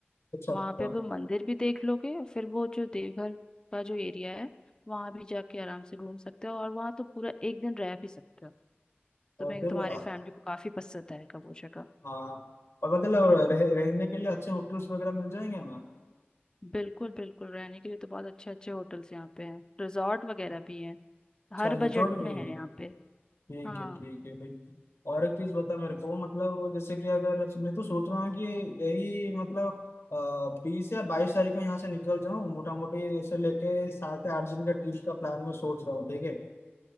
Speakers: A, on the left; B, on the left.
A: अच्छा
B: वहां
A: अच्छा।
B: पे वो मंदिर भी देख लोगे और फिर वो जो देवघर का जो एरिया है वहां भी जाके आराम से घूम सकते हो और वहां तो पूरा एक दिन रह भी सकते हो
A: और
B: तो मैं
A: फिर
B: तुम्हारी
A: आ,
B: फैमिली को काफी पसंद आएगा वो जगह
A: आ, और मतलब रह, रहने के लिए अच्छे होटल्स वगैरह मिल जाएंगे ना
B: बिल्कुल बिल्कुल रहने के लिए तो बहुत अच्छे अच्छे होटल्स यहाँ पे हैं रिजॉर्ट वगैरह भी हैं
A: अच्छा
B: हर
A: रिजॉर्ट
B: बजट में
A: भी
B: है यहाँ पे
A: ठीक
B: हाँ
A: है ठीक है ठीक और एक चीज बता मेरे को मतलब वो जैसे कि अगर मैं तो सोच रहा हूँ कि यही मतलब बीस या बाईस तारीख को यहाँ से निकल जाऊँ मोटा मोटी इसे लेके सात या आठ दिन का ट्रिप का प्लान मैं सोच रहा हूँ ठीक है